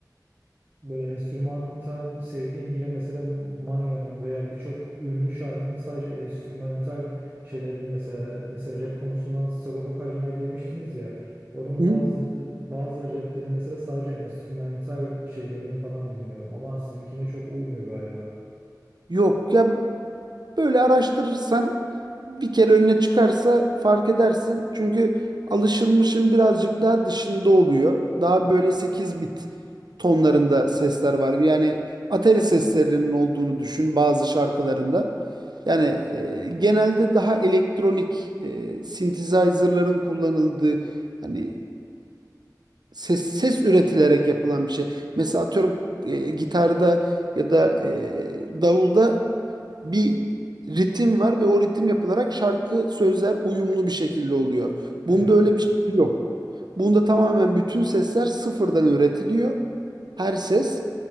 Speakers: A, on the right; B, on the right.
A: Böyle enstrümantal sevdiğim yine mesela Manga'nın veya birçok ünlü şarkının sadece enstrümantal şeylerini mesela mesela rap konusundan Sagopa Kajmer demiştiniz ya onun
B: Hı?
A: bazı bazı rapleri mesela sadece enstrümantal şeylerini falan dinliyorum ama sizinkine çok uymuyor galiba.
B: Yok ya Böyle araştırırsan bir kere önüne çıkarsa fark edersin. Çünkü alışılmışın birazcık daha dışında oluyor. Daha böyle 8 bit tonlarında sesler var. Yani atari seslerinin olduğunu düşün bazı şarkılarında. Yani e, genelde daha elektronik e, synthesizer'ların kullanıldığı hani ses ses üretilerek yapılan bir şey. Mesela atıyorum e, gitarda ya da e, davulda bir ritim var ve o ritim yapılarak şarkı sözler uyumlu bir şekilde oluyor.
A: Evet.
B: Bunda öyle bir şey yok. Bunda tamamen bütün sesler sıfırdan üretiliyor. Her ses